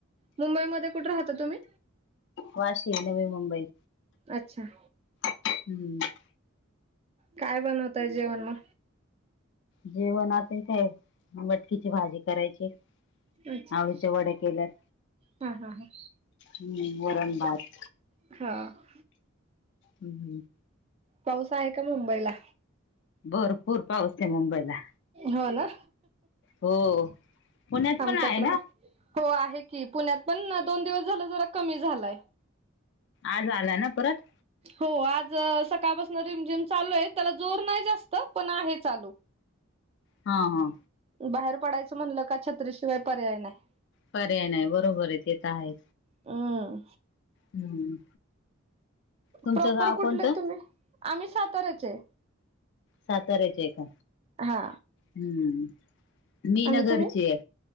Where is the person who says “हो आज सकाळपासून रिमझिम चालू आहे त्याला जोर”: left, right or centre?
Right